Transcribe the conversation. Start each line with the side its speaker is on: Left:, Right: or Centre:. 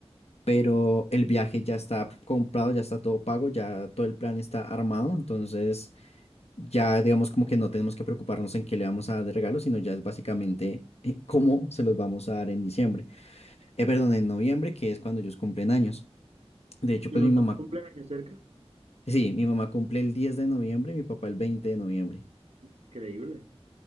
Left: pero el viaje ya está comprado, ya está todo pago, ya todo el plan está armado, entonces ya digamos como que no tenemos que preocuparnos en qué le vamos a dar de regalo, sino ya es básicamente eh, cómo se los vamos a dar en diciembre, eh, perdón, en noviembre, que es cuando ellos cumplen años. De hecho,
Right: Y
Left: pues
Right: Los
Left: mi mamá
Right: dos cumpleaños cerca.
Left: Sí, mi mamá cumple el 10 de noviembre, mi papá el 20 de noviembre.
Right: Increíble.